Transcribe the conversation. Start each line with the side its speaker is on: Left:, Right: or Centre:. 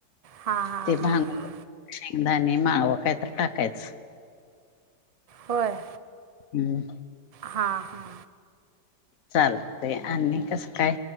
Right: हा हा
Left: ते
Right: हा
Left: भांग
Right: हा
Left: शेंगदाणे माळवं काय तर टाकायच
Right: होय
Left: हम्
Right: हा हा
Left: चालते आणि कसं काय